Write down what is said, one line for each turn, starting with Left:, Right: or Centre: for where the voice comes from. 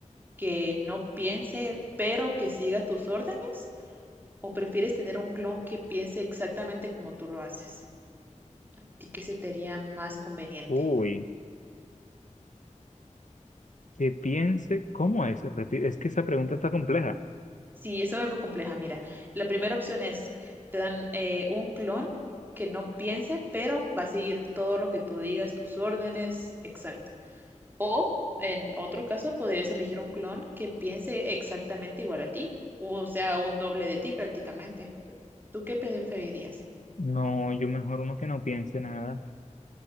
Right: que no piense, pero que siga tus órdenes? ¿O prefieres tener un clon que piense exactamente como tú lo haces? ¿A ti qué se te haría más conveniente?
Left: Uy, que piense, ¿cómo es? Repi- Es que esa pregunta está compleja.
Right: Sí, eso es algo compleja. Mira, la primera opción es, te dan eh, un clon que no piense, pero va a seguir todo lo que tú digas, tus órdenes, exacto. O en otro caso, podrías elegir un clon que piense exactamente igual a ti, o sea, un doble de ti prácticamente. ¿Tú qué preferirías?
Left: No, yo mejor uno que no piense nada.